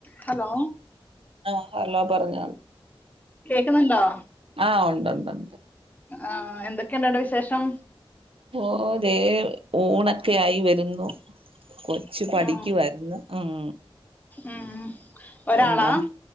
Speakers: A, on the left; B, on the right.
A: Hello
B: ആഹ് hello പറഞ്ഞതി-
A: കേൾക്കുന്നുണ്ടോ?
B: ആഹ് ഉണ്ട് ഉണ്ട് ഉണ്ട്.
A: ആഹ് എന്തൊക്കെയുണ്ടവിടെ വിശേഷം.
B: ഓ ഓ ദേ ഊണ് ഒക്കെ ആയി വരുന്നു കൊച്ചു പഠിക്കുവാരുന്നു
A: ഉം
B: ഉം
A: ഉം. ഒരാളാ
B: പിന്നെ